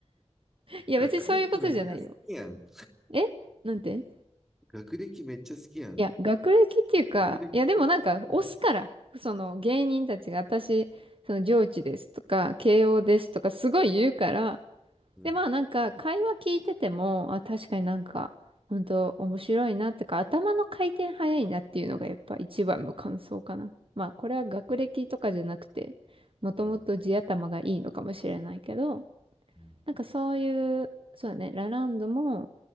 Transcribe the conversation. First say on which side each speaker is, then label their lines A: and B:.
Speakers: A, on the right; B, in the centre.
A: や、
B: 学歴めっちゃ好きやん。
A: 別にそういうことじゃないよ。えなんてい
B: 学歴めっちゃ好きやん。
A: や、学歴っていうか、
B: 学歴と、
A: いや、でもなんか、
B: もう、
A: 押すから、その芸人たちが私、その上智ですとか、慶応ですとか、すごい言うから、
B: うん、
A: で、まあなんか会話聞いてても、あ、確かになんか、本当面白いなってか、頭の回転早いなっていうのがやっぱ一番の感想かな。
B: うん、
A: まあこれは学歴とかじゃなくて、
B: うん、
A: もともと地頭がいいのかもしれないけど、
B: うん、うん、
A: なんかそういう、そうだね、ラランドも